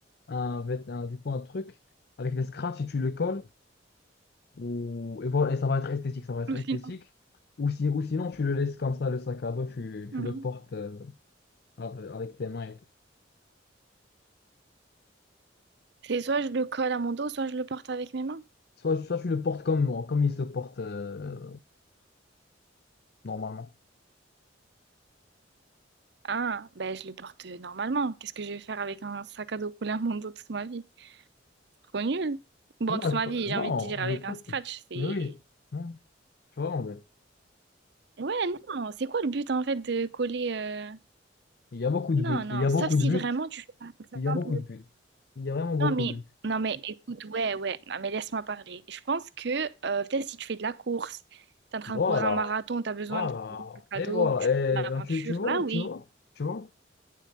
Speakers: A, on the left (about 55°); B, on the right (about 60°).
A: un, vêt- un- du coup un truc avec des scratchs et tu le colles, ou, et voilà, et ça va être esthétique, ça va être
B: ou
A: esthétique.
B: sinon.
A: Ou, si, ou sinon, tu le laisses comme ça, le sac à dos, tu,
B: Mhm.
A: tu le portes euh, avec avec tes mains et tout.
B: C'est soit je le colle à mon dos, soit je le porte avec mes mains.
A: Soit, soit tu le portes comme moi, comme il se porte euh, normalement.
B: Ah, ben je le porte normalement. Qu'est-ce que je vais faire avec un sac à dos collé à mon dos toute ma vie? Trop nul. Bon,
A: Non,
B: toute ma
A: pas-
B: vie, j'ai
A: non,
B: envie de dire
A: mais
B: avec
A: pas.
B: un scratch, c'est...
A: Mais oui, non, tu vois, mais
B: Ouais, non, c'est quoi le but en fait de coller... euh,
A: il y a beaucoup de buts.
B: Non, non,
A: Il y a
B: sauf
A: beaucoup
B: si
A: de buts.
B: vraiment tu fais par exemple...
A: Il y a beaucoup de buts. Il y a vraiment beaucoup
B: Non mais,
A: de buts.
B: non mais écoute, ouais, ouais, non mais laisse-moi parler. Je pense que euh, peut-être si tu fais de la course, t'es en train
A: Voilà,
B: de courir un marathon, t'as besoin
A: voilà.
B: de un cadeau
A: Et voilà.
B: ou tu fais une aventure,
A: Et ben, tu, tu vois,
B: là oui.
A: tu vois, tu vois.